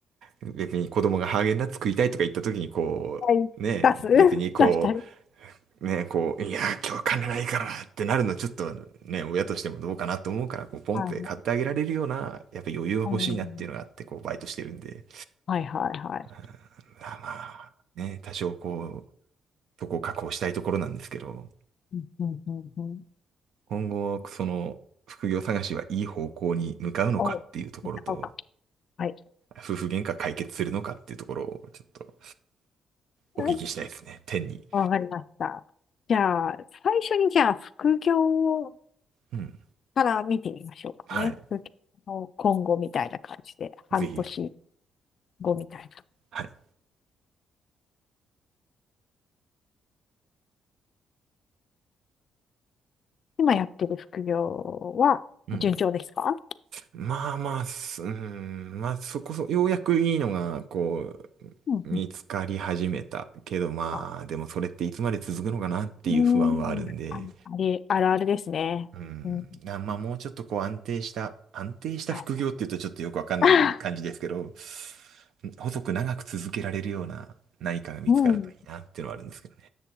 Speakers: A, on the right; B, on the left.
A: う、別に子供がハーゲンダッツ食いたいとか言った時にこう、
B: にい、
A: ね、
B: 出す <laughs>
A: 別にこ
B: 出したり。
A: う、ね、こう、いや、今日金ないからってなるのちょっとね、親としてもどうかなと思うから、こう、ポンって買ってあげられるような、
B: はいはい。
A: やっぱ余裕が欲しいなっていうのがあって、
B: うん
A: こう、バイトしてるんで。
B: はいはいはい。
A: うんまあまあ、ね、多少こう、そこを確保したいところなんですけど、
B: うんうんうんうん
A: 今後、その、副業探しはいい方向に向かうのかっていうところと、
B: お、使おうか。はい。
A: 夫婦喧嘩解決するのかっていうところをちょっと
B: うん
A: お聞きしたいですね。天に。
B: わかりました。じゃあ、最初にじゃあ、副業
A: うん。
B: から見てみましょうかね。
A: はい。
B: 副業の今後みたいな感じで、半年
A: ぜひ。
B: 後みたいな。
A: はい。
B: 今やってる副業は順調ですか
A: うん。まあまあ、すうーん、まあそこそ、ようやくいいのが、こ
B: うんうん
A: う、見つかり始めた。けどまあ、
B: あ、
A: でもそれっていつまで続くのかなっていう不安はあるんで、
B: うーん、あの、あれ、あるあるですね。
A: うん、
B: うん。
A: なまあもうちょっとこう安定した、安定した副業っていうとちょっとよくわかんない感じですけど、
B: はい。<laughs>
A: 細く長く続けられるような何かが見つかるといいなっていうのはあるんですけどね。
B: うん。